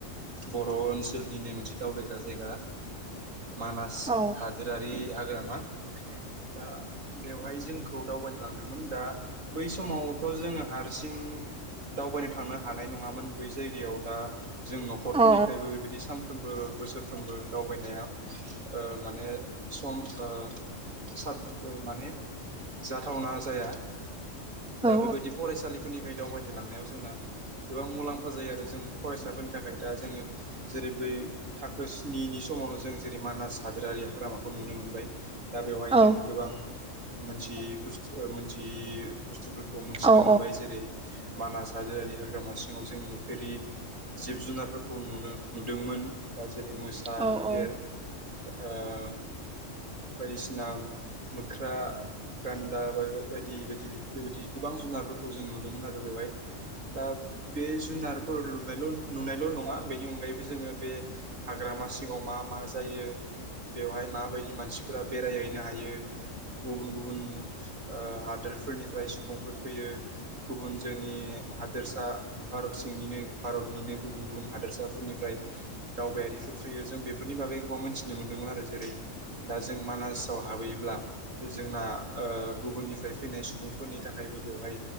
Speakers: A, on the right; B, in the centre.
A: बर' बर' ओनसोलनिनो मोनसे दावबायग्रा जायगा मानास
B: औ
A: रारि हाग्रामा दा बेवहाय जोंखौ दावबायनो लांदोंमोन दा बै समावथ' जोङो हारसिं हारसिं दावबायनो थांनो हानाय नङामोन बै जायगायाव दा जों न'खरफोरनिफ्रायबो
B: औ
A: बेबायदि सानफ्रोमबो बोसोरफ्रोमबो दावबायनाया माने सम ओ सा माने जाथावना जाया दा
B: औ
A: बेबायदि फरायसालि फोरनिफ्राय दावबायनो लांनायाव जोंना गोबां मुलाम्फा जायो आरो जों फरायसाफोरनि थाखाय दा जोङो जेरै जै बै थाखो स्निनि समावनो जों जेरै मानास हाग्रायारि हाग्रामाखौ नुनो मोनबाय दा बेवहाय जोङो
B: औ औ
A: गोबां मोनथियि बु मोनथियि बुस्थुफोरखौ मोनथिनो
B: औ
A: मोनबाय जेरै मानास हादोरारि हाग्रामा सिङाव जों नुफेरि जिब जुनारफोरखौ नुदोंमोन जेरै मोसा
B: औ
A: मैदेर ओ बायदिसिना मोख्रा गान दा बाय बायदि बायदि बेबायदि गोबां जुनारफोरखौ जों नुदोंमोन आरो बेवहाय दा बे जुनार फोर लुनायल' नुनायल' नङा बेनि अनगायैबो जोङो बे हाग्रामा सिङाव मा मा जायो बेवहाय माबायदि मानसिफोरा बेरायहैनो हायो गुबुन गुबुन गुबुन हादोरफोरनि सुबुंफोर फैयो गुबुन जोंनि हादोरसाारत सिंनिनो भारतनिनो गुबुन गुबुन हादोरसाफोरनिफ्राय दावबायारि र फैयो जों बेफोरनि बागै गोबां मिथिनो मोन्दोंमोन आरो जेरै दा जों मानासाव हाबहैयोब्ला। जोंना गुबुननिफ्राय फैनाय सम। सुबुंफोरनि थाखायबो बेवहाय